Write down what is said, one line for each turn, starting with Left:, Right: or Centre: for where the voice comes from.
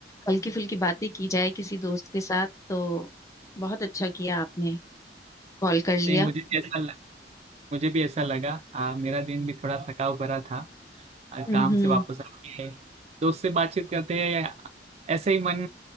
Left: हल्की फुल्की बातें की जाए किसी दोस्त के साथ तो बहुत अच्छा किया आपने कॉल कर लिया
Right: मुझे भी ऐसा लग, मुझे भी ऐसा लगा आ, मेरा दिन भी थोड़ा थकाव भरा था आ,
Left: हम्म
Right: काम
Left: हम्म
Right: से वापस आके दोस्त से बातचीत करते हैं ऐसे ही मन